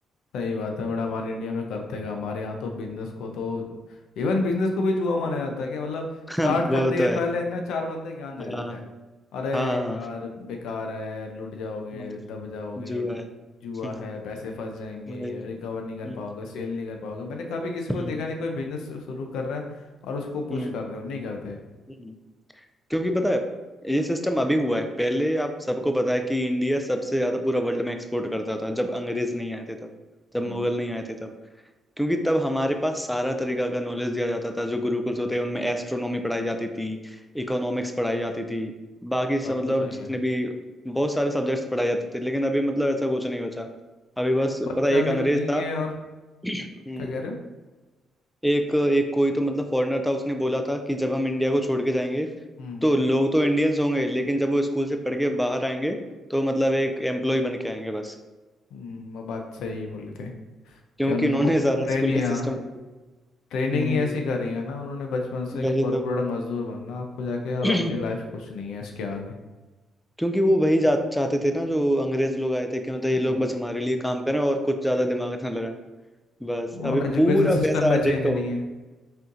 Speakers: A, on the left (about 80°); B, in the centre.
A: सही बात है बड़ा हमारे इंडिया में करते का हमारे यहाँ तो बिजनेस को तो इवन बिजनेस को भी जुआ माना जाता है कि मतलब
B: <laughs>
A: स्टार्ट करने
B: वो
A: के
B: तो है
A: पहले ना चार बंदे ज्ञान दे
B: हाँ
A: देते हैं अरे
B: हाँ
A: यार बेकार है लूट जाओगे
B: हाँ,
A: दब जाओगे
B: जुआ है
A: जुआ
B: <laughs>
A: है पैसे फंस जाएंगे
B: वही।
A: रिकवर नहीं कर
B: हम्म,
A: पाओगे सेल नहीं कर पाओगे मैंने कभी किसी
B: हम्म,
A: को देखा नहीं कोई बिजनेस शुरू कर रहा है और उसको पुश
B: हम्म
A: कर रहे हो नहीं करते
B: हम्म। क्योंकि पता है ये सिस्टम अभी हुआ है पहले आप सबको पता है कि इंडिया सबसे ज्यादा पूरा वर्ल्ड में एक्सपोर्ट करता था जब अंग्रेज नहीं आए थे तब जब
A: हम्म
B: मुगल नहीं आए थे तब क्योंकि तब हमारे पास सारा तरीका का नॉलेज दिया जाता था जो गुरुकुल्स होते हैं उनमें एस्ट्रोनॉमी पढ़ाई जाती थी इकोनॉमिक्स पढ़ाई जाती थी बाकी सब
A: बात
B: मतलब
A: तो सही
B: जितने
A: है
B: भी बहुत सारे सब्जेक्ट्स पढ़ाए जाते थे लेकिन अभी मतलब ऐसा कुछ नहीं बचा अभी बस
A: बच्चा
B: पता है, एक
A: भी
B: अंग्रेज
A: नहीं
B: था
A: है और
B: <clears throat> हम्म
A: क्या कह रहे हो
B: एक एक कोई तो मतलब फॉरेनर था उसने बोला था कि जब हम इंडिया को छोड़ के जाएंगे
A: हम्म
B: तो लोग तो इंडियंस होंगे लेकिन जब वो स्कूल से पढ़ के बाहर आएंगे तो मतलब एक एम्प्लॉय बन के आएंगे बस
A: हम्म, वो बात सही बोली थी
B: क्योंकि
A: कि उनको
B: उन्होंने सारा
A: ब्रेन
B: स्कूल
A: ही
B: का
A: यार
B: सिस्टम कर दिया
A: ट्रेनिंग
B: हम्म
A: ही ऐसी करी है ना उन्होंने बचपन से कि
B: वही
A: कॉर्पोरेट
B: तो
A: मजदूर बनना आपको जाके और
B: <clears throat>
A: आपकी लाइफ कुछ नहीं है इसके आगे
B: क्योंकि वो वही जा, चाहते थे ना जो अंग्रेज लोग आए थे कि मतलब ये
A: हम्म
B: लोग बस हमारे लिए काम करें और कुछ ज्यादा दिमाग ना लगाएं बस अभी
A: और एजुकेशन
B: पूरा
A: सिस्टम
B: वैसा
A: में चेंज
B: डिट्टो
A: नहीं है